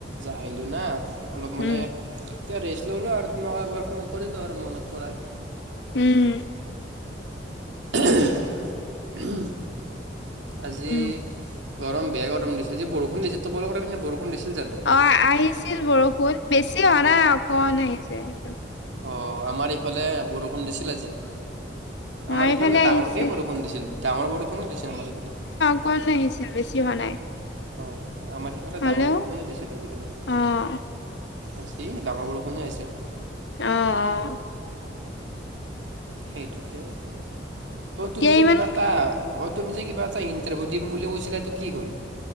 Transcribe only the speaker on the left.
উম,
উম'
উম,
অঁ আহিছিল বৰষুণ বেছি হোৱা নাই, অকণ আহিছে।
আমাৰ
আহিছিল
কম আহিছিল বেছি হৱা নাই।
হ'লেও
অ',
অ' অ'
এতিয়া
ইমান